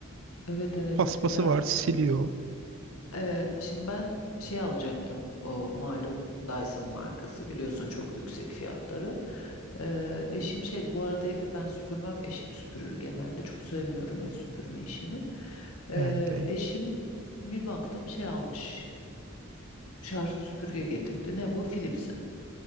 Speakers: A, on the left; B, on the right.
A: Evet evet.
B: Paspası
A: Ya
B: var, siliyor.
A: Ee, şimdi ben şey alacaktım o malum Dyson markası biliyorsun çok yüksek fiyatları. Ee, eşim şeydi bu arada evi ben süpürmem eşim süpürür genelde çok sevmiyorum ev süpürme işini. Ee,
B: Yani de.
A: eşim bir baktım şey almış şarjlı süpürge getirdi ne bu Philips'in.